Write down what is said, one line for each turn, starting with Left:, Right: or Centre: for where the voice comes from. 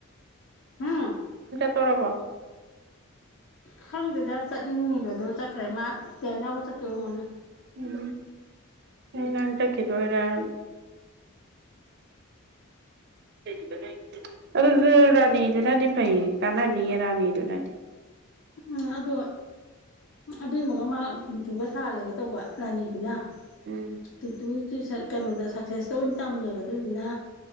Left: ꯍꯨꯝ
Right: ꯇꯣꯔꯕꯣ
Left: ꯈꯪꯗꯦꯗ ꯆꯠꯅꯤꯡꯉꯤꯔꯁꯨ ꯆꯠ ꯈꯨꯔꯨꯝꯖꯔ ꯃꯥ ꯇꯦꯅꯥꯎꯒ <unintelligible>
Right: ꯎꯝ ꯑꯩ ꯅꯪ ꯆꯠꯈꯤꯗꯣꯏꯔꯅ <unintelligible> ꯑꯗꯨꯗꯤ ꯔꯥꯅꯤ ꯗꯨꯅꯗꯤ ꯐꯩꯌꯦ ꯀꯥꯟꯅꯅꯤꯌꯦ ꯔꯥꯅꯤ ꯗꯨꯅꯗꯤ
Left: ꯎꯝ ꯑꯗꯣ ꯑꯕꯦꯝꯃꯒ ꯃꯥ ꯄꯤꯟꯇꯨꯒ ꯁꯥꯍꯜꯂꯒꯦ ꯇꯧꯕ ꯔꯥꯅꯤ ꯗꯨꯅ
Right: ꯎꯝ
Left: ꯄꯤꯟꯇꯨ ꯇꯨꯏꯁꯟ ꯀꯩꯅꯣꯗ ꯁꯛꯁꯦꯁꯇ ꯑꯣꯏ ꯇꯝꯃꯦꯕ ꯑꯗꯨꯗꯨꯅ